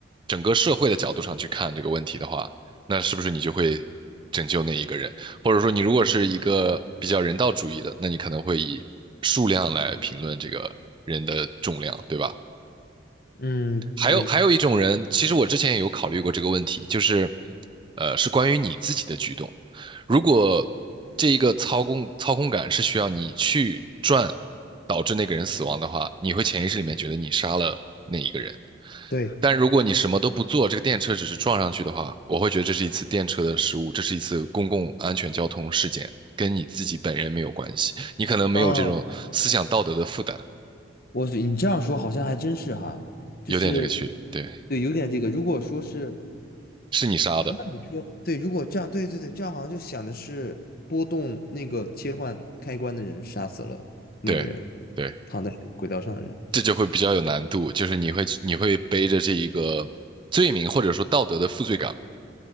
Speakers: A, on the right; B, on the left.
A: 整个社会的角度上去看这个问题的话，那是不是你就会拯救那一个人？或者说你如果是一个比较人道主义的，那你可能会以数量来评论这个人的重量，对吧？
B: 嗯，
A: 还有还有一种人，
B: 对
A: 其实我之前也有考虑过这个问题，就是，呃，是关于你自己的举动。如果这一个操控操控感是需要你去转，导致那个人死亡的话，你会潜意识里面觉得你杀了那一个人。
B: 对，
A: 但如果你什么都不做，这个电车只是撞上去的话，我会觉得这是一次电车的失误，这是一次公共安全交通事件，跟你自己本人没有关系。你可能没有这种思想道德的负担，
B: 哦，我你这样说好像还真是哈，就是
A: 有点这个区，对，
B: 对，有点这个，如果说是。
A: 是你杀的，
B: 啊那你说，对，如果这样，对对对，这样好像就想的是波动那个切换开关的人杀死了那个人，
A: 对对。
B: 躺在轨道上的人。
A: 这就会比较有难度，就是你会你会背着这一个罪名或者说道德的负罪感